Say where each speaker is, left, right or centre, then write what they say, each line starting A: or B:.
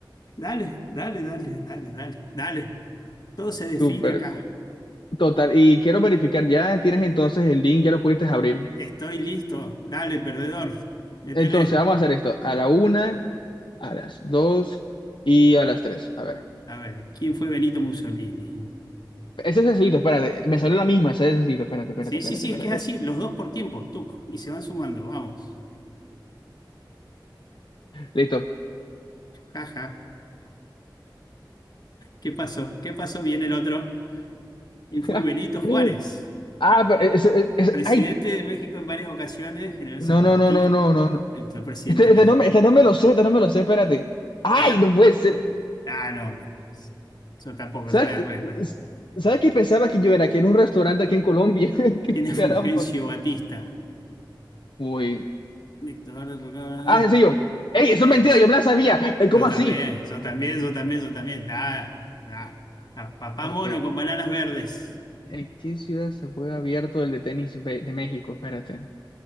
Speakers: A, on the left (about 55°); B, on the left (about 75°).
A: dale, dale, dale, dale, dale, dale. Todo se define
B: súper.
A: acá.
B: Total, y quiero verificar, ya tienes entonces el link, ya lo pudiste abrir.
A: Estoy listo. Dale, perdedor. Métele.
B: Entonces, vamos a hacer esto, a la una, a las dos y a las tres. A ver.
A: A ver, ¿quién fue Benito Mussolini?
B: Este es sencillito, espérate, me salió la misma, ese es sencillito, espérate, espérate,
A: Sí,
B: espérate,
A: sí, sí,
B: espérate.
A: es que es así. Los dos por tiempos, tuc. Y se van sumando. Vamos.
B: Listo.
A: Jaja. ¿Qué pasó? ¿Qué pasó? Viene el otro. ¿Quién fue Benito
B: <laughs>
A: Juárez?
B: Ah, pero ese- ese- e-, ese-
A: Presidente
B: ay,
A: de México en varias ocasiones, general
B: no,
A: zapatista,
B: no, no, no, no, no, no.
A: actual presidente
B: Este,
A: de
B: este
A: México.
B: no me, este no me lo sé, este no me lo sé, espérate. Ay,
A: Ahí está.
B: no puede ser.
A: Ah, no. Yo tampoco,
B: ¿Sabes
A: yo RR.
B: qué? ¿Sabes qué pensaba que yo era? Que era un restaurante aquí en Colombia. <laughs> Qué
A: ¿Quién es
B: Caramba.
A: Fulgencio Batista?
B: Uy,
A: Dictador de Roca-
B: Ah, sencillo. ¡Ey, eso
A: Sí,
B: es mentira! Yo me la sabía. Eh, ¿Cómo
A: yo
B: así?
A: también, yo también, yo también, yo también. Ah, ah. A papá
B: Ok.
A: mono con bananas verdes.
B: ¿En qué ciudad se juega abierto el de tenis be- de México? Espérate.